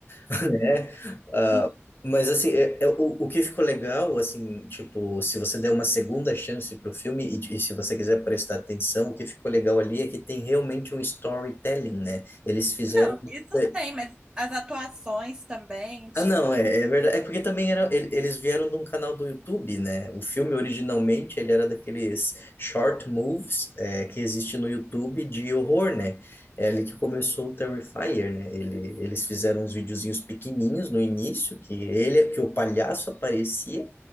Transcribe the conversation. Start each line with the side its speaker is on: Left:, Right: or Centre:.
Left: <laughs> né? Ah,
Right: <laughs>
Left: mas, assim, é, é, o, o que ficou legal, assim, tipo, se você der uma segunda chance pro filme e, e se você quiser prestar atenção, o que ficou legal ali é que tem realmente um storytelling, né? Eles fizeram.
Right: Não, isso
Left: é,
Right: tem, mas as atuações também, tipo,
Left: ah, não, é, é verdade. É porque também era, ele- eles vieram de um canal do YouTube, né? O filme originalmente ele era daqueles short moves é, que existe no YouTube de horror, né? É ali que começou o Terrifier, né? Ele, eles fizeram uns videozinhos pequenininhos no início, que ele, que o palhaço aparecia,